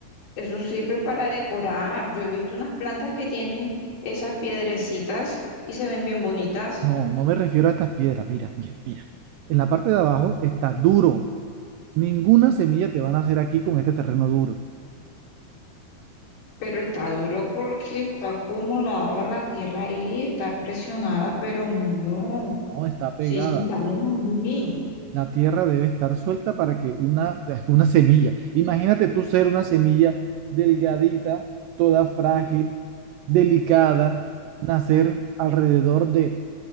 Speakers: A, on the left; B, on the right.
A: eso sirve para decorar. Yo he visto unas plantas que tienen esas piedrecitas y se ven bien bonitas,
B: No, no me refiero a estas piedras. Mira, mira, mira. En la parte de abajo está duro. Ninguna semilla te van a hacer aquí con este terreno duro.
A: pero está duro porque está acumulada la tierra ahí, está presionada, pero no.
B: No, está
A: Sí,
B: pegada.
A: sí, salen allí,
B: La tierra debe estar suelta para que una, es que una semilla, imagínate tú ser una semilla delgadita, toda frágil, delicada, nacer alrededor de